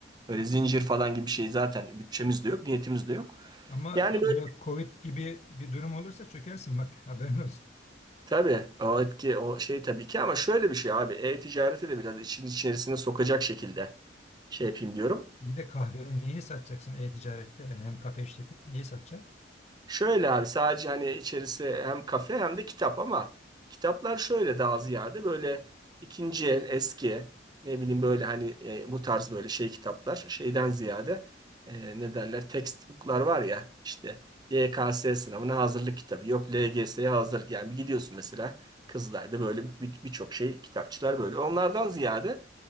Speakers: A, on the right (about 20°); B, on the left (about 35°).
A: Böyle zincir falan gibi bir şey zaten bütçemiz de yok, niyetimiz de yok.
B: Ama
A: Yani
B: şöyle
A: böyle
B: Covid gibi bir durum olursa çökersin bak <laughs> haberin olsun.
A: tabii o etki o şey tabii ki ama şöyle bir şey abi e-ticareti de biraz işin içerisine sokacak şekilde şey yapayım diyorum.
B: İyi de kahvenin neyi satacaksın e-ticarette? Yani hem kafe işletip neyi satacaksın?
A: Şöyle abi sadece hani içerisi hem kafe hem de kitap ama kitaplar şöyle daha ziyade böyle ikinci el eski ne bileyim böyle hani e, bu tarz böyle şey kitaplar şeyden ziyade e, ne derler textbooklar var ya işte YKS sınavına hazırlık kitabı yok LGS'ye hazırlık yani bir gidiyorsun mesela Kızılay'da böyle bir- birçok şey kitapçılar böyle onlardan ziyade